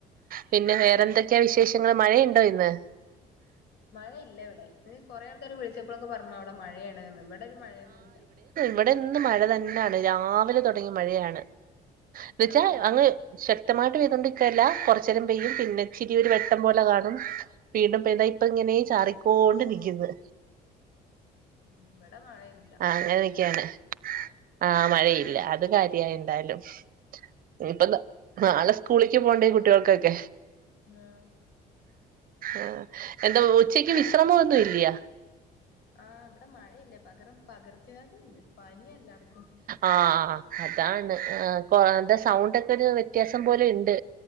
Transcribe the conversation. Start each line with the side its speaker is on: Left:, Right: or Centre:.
Right: പിന്നെ വേറെന്തൊക്കെയാ വിശേഷങ്ങള് മഴയുണ്ടോ ഇന്ന്
Left: മഴ ഇല്ല ഇവിടെ ഇ കൊറേ ആൾ ക്കാര് വിളിച്ചപ്പളൊക്കെ പറ്ന്നു. ഔടെ മഴേയണ്ന്ന് ഇവടെ ഒരു മഴയെന്നും ഇല്ല
Right: ഇവടെ ഇന്ന് മഴ തന്നാണ് രാവിലെ തൊടങ്ങി മഴയാണ് വെച്ചാ
Left: ആഹ്
Right: അങ്ങ് ശ ക്തമായിട്ട് പെയ്തോണ്ടിക്കല്ലാ കൊറ്ച്ചേരം പെയ്യും പിന്നെ ഇച്ചിരിയൊരു വെട്ടം പോല കാണും വീണ്ടും പെയ്തായ് ഇപ്പ അങ്ങനേ ചാറിക്കോണ്ട്
Left: ഉം
Right: നിക്ക്ന്ന്
Left: ഇവടെ മഴേന്നുല്ല
Right: ആഹ് അങ്ങനെയൊക്കെയാണ് ആഹ് മഴയില്ല അത് കാര്യായി എന്തായലും ഇനി പ്പം നാ നാളെ സ്കൂളിക്ക് പോണ്ടേ കുട്ടികൾക്കെക്കെ
Left: ന്നാ
Right: ആഹ് എന്താ ഉച്ചയ്ക്ക്
Left: പകരം
Right: വിശ്രമോന്നും ഇല്ല്യ
Left: ആഹ് ഇബ്ടെ മഴ ഇല്ല പകരം പകർച്ചവ്യാധി ഇണ്ട് പനിയെല്ലാട്
Right: ആഹ് ഹാ അതാണ് ആഹ് കൊ <unintelligible> ന്റെ സൗണ്ടക്കെ ഒര് വ്യത്യാസം പോലെ യിണ്ട്